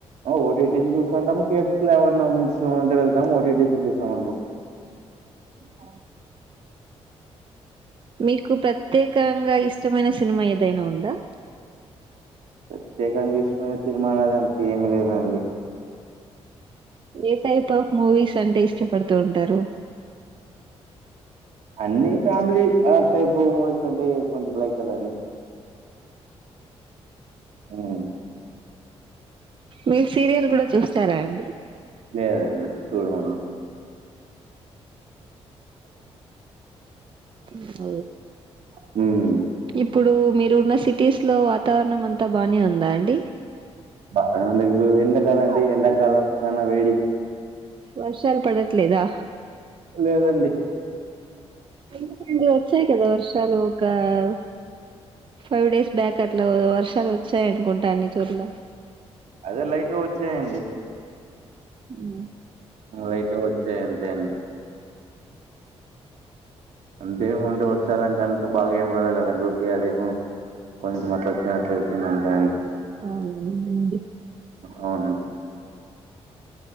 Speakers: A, on the right (about 80°); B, on the right (about 45°).
A: ఓటీటీ చూస్తుంటాము, థియేటర్స్ లో ఏవన్నా మంచి సినిమా ఉంటే వెళ్తాము. లేకపోతే ఓటీటీలో చూస్తామండి
B: అవును మీకు ప్రత్యేకంగా ఇష్టమైన సినిమా ఏదైనా ఉందా
A: ప్రత్యేకంగా ఇష్టమైన సినిమా అనేది అంత్ ఎం లేదండి
B: ఏ టైప్ ఆఫ్ మూవీస్ అంటే ఇష్టపడుతూ ఉంటారు
A: అన్ని ఫ్యామిలీ అ టైప్ మూవీస్ అంటే కొంచెం లైక్ కదండి ఉమ్
B: మీరు సీరియల్ కూడా చూస్తారా అండి
A: లేదండి చూడమండి
B: మ్ ఔ
A: మ్మ్
B: ఇప్పుడు మీరు ఉన్న సిట్ టీస్ లో వాతావరణం అంతా బానే ఉందా అండి
A: బ అ దెగ్బు ఎండ కదండి ఎండకాలం చానా వేడి
B: వర్షాలు పడట్లేదా
A: లేదండి
B: ఎందుకండీ వచ్చాయి కదా వర్ష చలు వొకావ్ ఫైవ్ డేస్ బ్యాక్ అట్లా వర్షాలు వచ్చాయినుకుంటాన్ని చోట్ల
A: అదే లైట్గా వచ్చాయండి
B: ఉమ్ము
A: మన లైఫ్ఎ వచ్చే అంతే అండి అంతేమ అంటే వర్షాలు అంటే అంత బాగా ఏం రాలదు కదండి ఓకే అదేమో కొంచెం అట్లా వచ్చ అట్ వచ్చింది అంతే అండి
B: అవు నన్ నండి
A: అవునం